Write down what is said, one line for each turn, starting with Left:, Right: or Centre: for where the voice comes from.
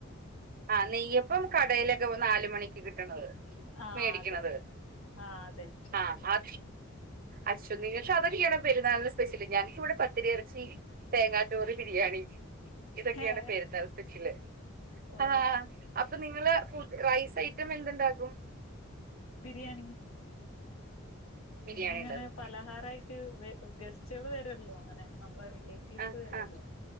Right: ആഹ് നെയ്യപ്പം കടയിലൊക്കെ നാല് മണി കിട്ട്ണത്
Left: ആ
Right: മേടിക്ക്ണത്
Left: അതെ ആ അതെ
Right: ആ അ അച്ഛോ നിങ്ങൾക്ക് അതൊക്കെയാണോ പെരുന്നാളിന് സ്പെഷ്യല് ഞങ്ങൾക്ക് ഇവിടെ പത്തരി ഇറച്ചി തേങ്ങാ ചോറ് ബിരിയാണി ഇതൊക്കെയാണ്
Left: ഏ
Right: പെരുന്നാള് സ്പെഷല്
Left: ഓ
Right: ആഹ് അപ്പൊ നിങ്ങള് ഫുഡ് റൈസ് ഐറ്റം എന്തുണ്ടാക്കും?
Left: ബിരിയാണി പിന്നെ
Right: ബിരിയാണി
Left: ഇങ്ങനെ
Right: ഉണ്ടാക്കും
Left: പലഹാരായിട്ട് ഗ ഗസ്റ്റുകൾ വരൊല്ലോ അങ്ങനെ നമ്മളെ റിലേ റ്റീവ്സ്
Right: ആഹ്
Left: വരൊല്ലോ
Right: ആഹ്